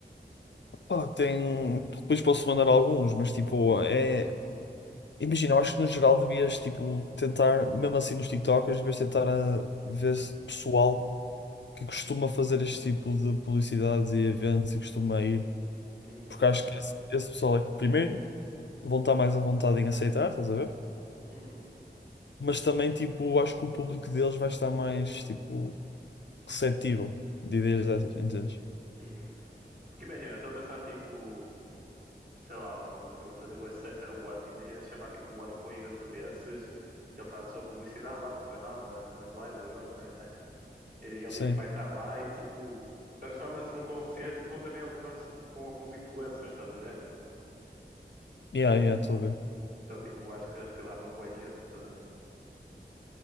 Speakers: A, on the left; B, on the right.
A: pá, tem. Depois posso mandar alguns, mas tipo, é. Imagina, eu acho que no geral devias tipo tentar, mesmo assim nos TikTokers, devias tentar ah, ver se- pessoal que costuma fazer este tipo de publicidades e eventos e costuma ir,
B: Uhum,
A: porque acho que esse, esse pessoal é que primeiro vão estar mais à vontade em aceitar, estás a ver?
B: uhum,
A: Mas também tipo, acho que o público deles vai estar mais tipo receptível de ideias dessas, entendes?
B: uhum. Porque imagina, eu estou a pensar tipo sei lá, um youtuber a fazer o sucesso era o Ant. Imagina se chamar tipo o Ant para um evento desses. Ele faz a sua publicidade lá no canal, nas, nas lives agora, mais, né? E ele
A: Sim.
B: diz que vai estar lá e tipo transforma-se num concerto com também algumas com alguns influencers, estás a ver?
A: Yeah, yeah, estou a ver.
B: Então tipo, acho que arrecadava boa gente. estás a ver?